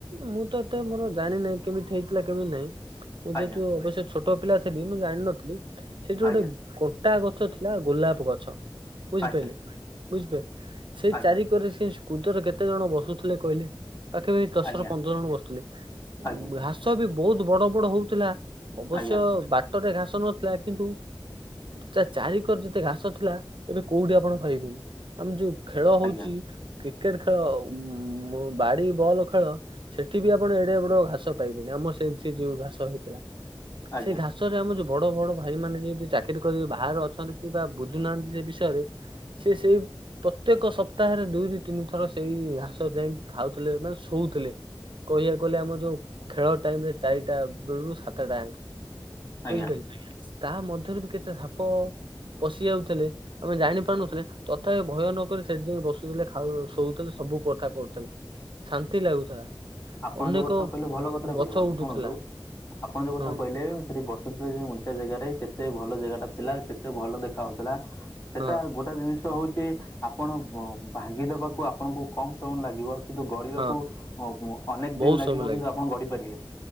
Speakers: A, on the right; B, on the left.
A: ମୁଁ ତ ଏତେ ମୋର ଜାଣିନାହିଁ କେମିତି ହେଇଥିଲା କେମିତି ନାହିଁ। ମୁଁ
B: ଆଜ୍ଞା
A: ଯେହେତୁ ଅବଶ୍ୟ ଛୋ ଟ ପିଲା ଥିଲି ମୁଁ ଜାଣିନଥିଲି ସେଇଠି
B: ଆଜ୍ଞା
A: ଗୋଟେ କଣ୍ଟା ଗଛ ଥିଲା ଗୋଲାପ ଗଛ। ବୁଝିପାଇଲେ
B: ଆଜ୍ଞା
A: ବୁଝିପା ସେଇ
B: ଆଜ୍ଞା
A: ଚାରି କରରେ ସେ କୁଦରେ କେତେ ଜଣ ବସୁଥିଲେ କହିଲେ? ପାଖାପାଖି ଦଶ
B: ଆଜ୍ଞା
A: ରୁ ପନ୍ଦର ଜଣ ବସୁଥୁଲେ, ଉ,
B: ଆଜ୍ଞା
A: ଘାସ ବି ବହୁତ ବଡ ବଡ ହଉଥିଲା। ଅବଶ୍ୟ
B: ଆଜ୍ଞା
A: ବାଟରେ ଘାସ ନଥିଲା, କିନ୍ତୁ ତା ଚାରିିକର ଯେତେ ଘାସ ଥିଲା ଏବେ କୋଉଠି ଆପଣ ପାଇବେନି। ଆମର ଯୋଉ ଖେଳ ହଉଛି
B: ଆଜ୍ଞା
A: କ୍ରିକେଟ୍ ଖେଳ ଉଁ, ମୋ ବାଡି ବଲ ଖେଳ ସେଠି ବି ଆପଣ ଏଡେ ବଡ ଘାସ ପାଇବେନି। ଆମ ସେ ସେ ଯୋଉ ଘାସ ହେଇଥିଲା।
B: ଆଜ୍ଞା
A: ସେଇ ଘାସ ସହରରେ ଆମର ଯୋଉ ବଡ ବଡ ଭାଇ ମାନେ ଯେଇଟି ଚାକିରି କରିକି ବାହାରେ ଅଛନ୍ତି, କିବା ବୁଝୁନାହାନ୍ତି ସେ ବିଷୟରେ। ସେ ସେଇ ପ୍ରତ୍ୟେକ ସପ୍ତାହରେ ଦୁଇରୁ ତିନି ଥର ସେଇ ଘାସ ଯାଇ ଖାଉ ଥିଲେ ମାନେ ଶୋଉଥିଲେ। କହିବାକୁ ଗଲେ ଆମ ଯୋଉ ଖେଳ ଟାଇମ୍ ରେ ଚାରିଟା ବେଳୁ ସାତଟା ଆଙ୍କ।
B: ଆଜ୍ଞା
A: ବୁଝିପାଇଲୁ ତା ମଧ୍ୟରୁ ବି କେତେ ସାପ ପଶି ଯାଉଥିଲେ। ଆମେ ଜାଣି ପାରୁନଥିଲେ ତଥାପି ଭୟ ନକ ସେ ଯ ବସୁ ଥିଲେ ଶୋଉଥିଲେ ସବୁ କଥା କହୁଥିଲେ ଶାନ୍ତି ଲାଗୁଥିଲା
B: ଆପଣ
A: ଅନେକ
B: ଯୋଉ କଥା କହିଲେ ଭଲ କଥାଟେ
A: ଗଛ
B: କହିଲେ ବନ୍ଧୁ
A: ଉଠୁଥିଲା
B: ଶୁଣନ୍ତୁ ଆପଣ ଯୋଉ କଥା
A: ହଁ
B: କହିଲେ ସେଠି ବସୁଥିଲେ ଉଞ୍ଚା ଜାଗାରେ କେତେ ଭଲ ଜାଗାଟା ଥିଲା କେତେ ଭଲ ଦେଖା ହଉଥିଲା ସେଟା
A: ହଁ
B: ଗୋଟେ ଗୋଟେ ଜିନିଷ ହଉଛି ଆପଣ ଭାଙ୍ଗିଦବାକୁ ଆପଣଙ୍କୁ କମ ସମୟ ଲାଗିବ କିନ୍ତୁ ଗଢିବାକୁ
A: ହଁ
B: ଅନେକ
A: ବହୁତ
B: ଦିନ ଲାଗିବ
A: ସମୟ
B: କିନ୍ତୁ ଆପଣ ଗଢି ପାରିବେନି